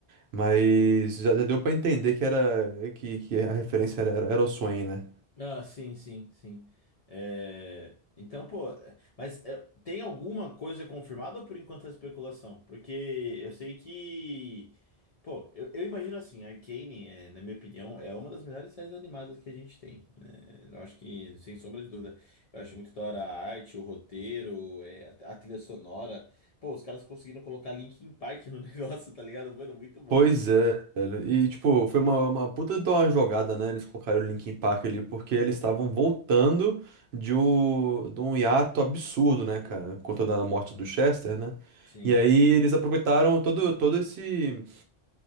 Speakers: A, on the right; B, on the left.
A: mas já, já deu pra entender que era, que, que a referência era, era, era o Swain, né.
B: Ah, sim, sim, sim. É, Então, pô, é, mas é, tem alguma coisa confirmada ou por enquanto é especulação? Porque eu sei que. Pô, eu, eu imagino assim, Arcane, é, na minha opinião, é uma das melhores séries animadas que a gente tem. né? Eu acho que, sem sombra de dúvida, eu acho muito da hora a arte, o roteiro, é, a, a trilha sonora. Pô, os caras conseguiram colocar Linkin Park no <laughs> negócio, tá ligado? Mano, muito bom.
A: Pois é, velho. E, tipo, foi uma, uma puta de uma jogada, né? Eles colocaram o Linkin Park ali porque eles estavam voltando de, um, de um hiato absurdo, né, cara? Por conta
B: Uhum.
A: da morte do Chester, né?
B: Sim,
A: E aí
B: sim.
A: eles aproveitaram todo, todo esse,